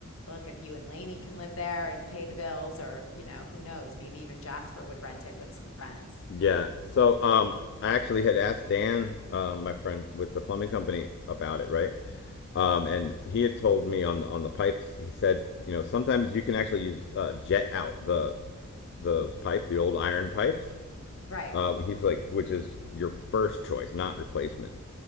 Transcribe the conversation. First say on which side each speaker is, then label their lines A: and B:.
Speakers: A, on the left; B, on the left.
A: look, if you and Lainey can live there and pay the bills, or, you know, who knows, maybe even Jasper would rent it with some friends.
B: Yeah. So um, I actually had asked Dan, um, my friend with the plumbing company, about it, right? Um, and he had told me on on the pipes. He said, you know, sometimes you can actually use uh, jet out the those pipes, the old iron pipes.
A: Right.
B: Uh, he's like, which is your first choice, not replacement.